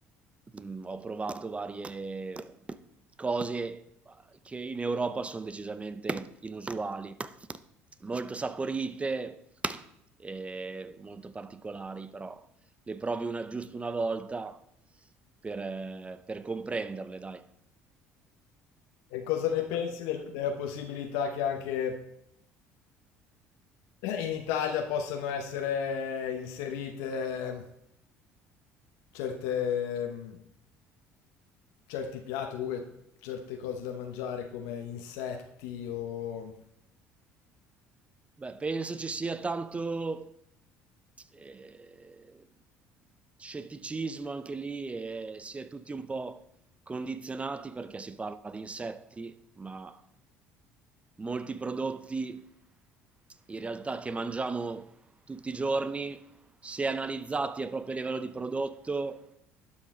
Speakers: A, on the right (about 20°); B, on the left (about 80°).
A: Mm, ho provato varie cose che in Europa sono decisamente inusuali, molto saporite, eh, molto particolari, però le provi una, giusto una volta per, eh, per comprenderle, dai.
B: E cosa ne pensi del- della possibilità che anche in Italia possano essere inserite ehm, certe, mh, certi piatti, o comunque certe cose da mangiare come insetti o
A: Beh, penso ci sia tanto eh, scetticismo anche lì e si è tutti un po' condizionati perché si parla di insetti, ma molti prodotti in realtà che mangiamo tutti i giorni, se analizzati a proprio livello di prodotto,